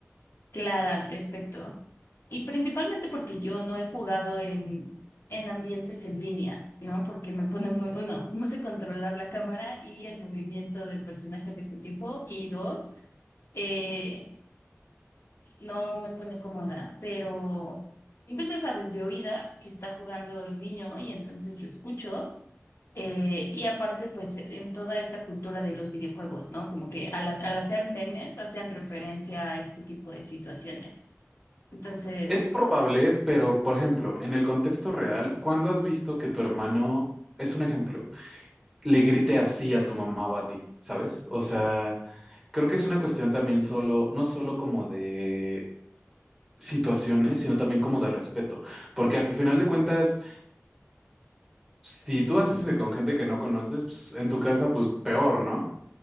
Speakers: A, on the left; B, in the centre.
A: clara al respecto. Y principalmente porque yo no he jugado en, en ambientes en línea, ¿no? Porque me pone muy, uno, no sé controlar la cámara y el movimiento del personaje al mismo tiempo. Y dos, eh, no me pone cómoda, pero pues ya sabes, de oídas que está jugando el niño y entonces yo escucho. Eh, y aparte, pues en toda esta cultura de los videojuegos, ¿no? Como que al, al hacer memes hacen referencia a este tipo de situaciones. Entonces,
B: Es probable, pero por ejemplo, en el contexto real, ¿cuándo has visto que tu hermano, es un ejemplo, le grite así a tu mamá o a ti, ¿sabes? O sea, creo que es una cuestión también solo, no solo como de situaciones, sino también como de respeto, porque al final de cuentas, si tú haces eso con gente que no conoces, pues, en tu casa, pues peor, ¿no?